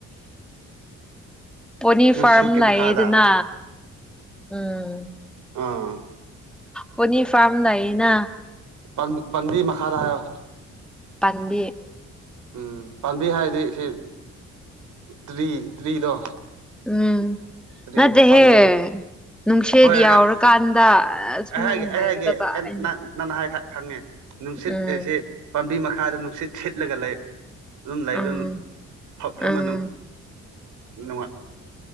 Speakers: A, in the centre; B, on the right.
A: ꯄꯣꯅꯤꯔ
B: ꯅꯨꯡꯁꯤꯠꯀꯤ
A: ꯐꯥꯔꯝ ꯂꯥꯛꯌꯦꯗꯅ
B: ꯃꯈꯥꯗ
A: ꯎꯝ
B: ꯑꯥ
A: ꯄꯅꯤꯔ ꯐꯥꯔꯝ ꯂꯩꯏꯅ
B: ꯄꯝ ꯄꯝꯕꯤ ꯃꯈꯥꯗ ꯍꯥꯏꯌꯣ
A: ꯄꯟꯕꯤ
B: ꯎꯝ ꯄꯥꯝꯕꯤ ꯍꯥꯏꯔꯗꯤ ꯁꯤ ꯇ꯭ꯔꯤ ꯇ꯭ꯔꯤꯗꯣ
A: ꯎꯝ
B: ꯇ꯭ꯔꯤꯕꯨ
A: ꯅꯠꯇꯦꯍꯦ
B: ꯄꯥꯝꯕꯤ
A: ꯅꯨꯡꯁꯤꯠ
B: ꯍꯣꯏ
A: ꯌꯥꯎꯔꯀꯥꯟꯗ ꯑꯁꯨꯃꯥꯏꯅ
B: ꯑꯩ
A: ꯍꯥꯏꯒꯗꯕ
B: ꯍꯥꯏꯒꯦ ꯑꯩ ꯍꯥꯏꯒꯦ
A: ꯑꯩꯅ
B: ꯅꯪꯅ ꯍꯥꯏ ꯈꯛ ꯈꯪꯉꯦ ꯅꯨꯡꯁꯤꯠ
A: ꯎꯝ
B: ꯑꯦꯁꯦ ꯄꯥꯝꯕꯤ ꯃꯈꯥꯗ ꯅꯨꯡꯁꯤꯠ ꯁꯤꯠꯂꯒ ꯂꯩ ꯑꯗꯨꯝ ꯂꯩꯕ
A: ꯎꯝ
B: ꯐꯝ ꯐꯝꯃꯅꯨ
A: ꯎꯝ
B: ꯅꯨꯡꯉꯥꯏ